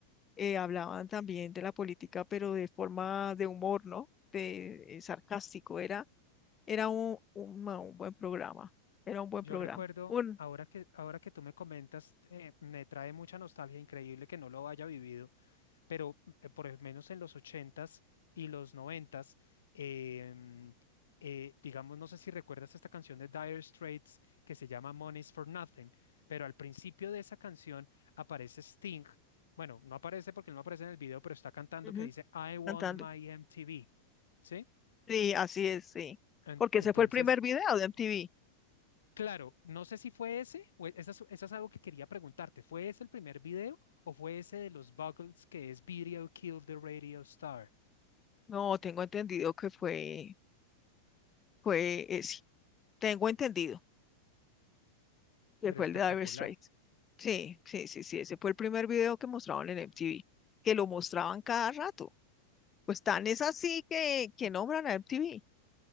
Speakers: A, on the left (about 25°); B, on the left (about 65°).
A: eh, hablaban también de la política, pero de forma de humor, ¿no? De eh, sarcástico. Era, era un, un, ma- un buen programa. Era un buen
B: Yo
A: programa.
B: recuerdo,
A: Un,
B: ahora que, ahora que tú me comentas, eh, me trae mucha nostalgia, increíble que no lo haya vivido, pero eh, por lo menos en los ochentas y los noventas, em, eh, digamos, no sé si recuerdas esta canción de Dire Straits que se llama Money's for Nothing, pero al principio de esa canción aparece Sting. Bueno, no aparece porque no aparece en el video, pero está cantando
A: Ujú.
B: que dice I want
A: cantando.
B: my MTV, ¿sí?
A: Sí, así es, sí.
B: En-
A: Porque
B: Entonces,
A: ese fue el primer video de MTV.
B: Claro, no sé si fue ese, o e- esa es, esa es algo que quería preguntarte. ¿Fue ese el primer video o fue ese de los Buggles que es Video Killed the Radio Star?
A: No, tengo entendido que fue, fue ese. Tengo entendido que
B: Pero
A: fue
B: espectacular.
A: el de Dire Straits. Sí, sí, sí, sí. Ese fue el primer video que mostraban en MTV, que lo mostraban cada rato. Pues tan es así que, que nombran a MTV.